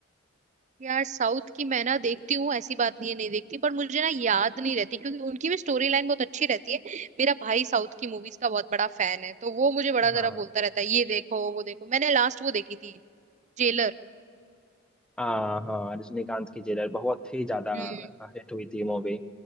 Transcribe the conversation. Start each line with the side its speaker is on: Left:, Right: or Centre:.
Right: यार साउथ की मैं ना देखती हूँ ऐसी बात नहीं है नहीं देखती पर मुझे ना याद नहीं रहती क्योंकि उनकी भी स्टोरी लाइन बहुत अच्छी रहती है मेरा भाई साउथ की मूवीज का बहुत बड़ा फैन है तो वो मुझे बड़ा
Centre: हाँ
Right: जरा बोलता रहता है ये देखो वो देखो मैंने लास्ट वो देखी थी जेलर
Centre: हाँ हाँ रजनीकांत की जेलर बहुत ही ज्यादा
Right: हम्म
Centre: हिट हुई थी मूवी